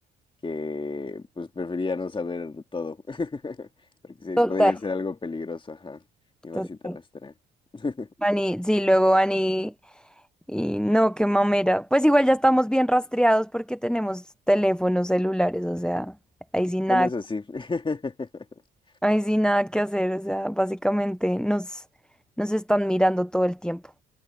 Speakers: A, on the left (about 25°); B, in the centre.
A: que pues prefería no saber todo, <laughs> porque sí,
B: Total,
A: podría ser algo peligroso, ajá, y más
B: total.
A: si te rastrean. <laughs>
B: Ani, sí, luego Ani, y no, qué mamera. Pues igual ya estamos bien rastreados porque tenemos teléfonos celulares, o sea, ahí sí nada,
A: Bueno, eso sí. <laughs>
B: ahí sí nada que hacer, o sea, básicamente nos, nos están mirando todo el tiempo.